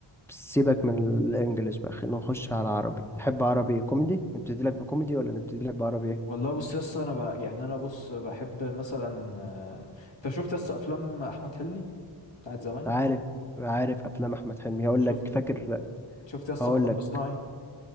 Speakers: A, in the centre; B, on the left.
A: سيبك من الإنجليش بقى خلينا نخش على عربي تحب عربي كوميدي نبتدي لك بكوميدي ولا نبتدي لك بعربي إيه؟
B: والله بص يس انا بقى يعني انا بص بحب مثلا آه، انت شفت يس افلام احمد حلمي بتاعت زمان
A: عارف عارف أفلام أحمد حلمي هقول
B: شفت
A: لك فاكر
B: شفت يس
A: هقول
B: مطب
A: لك
B: صناعي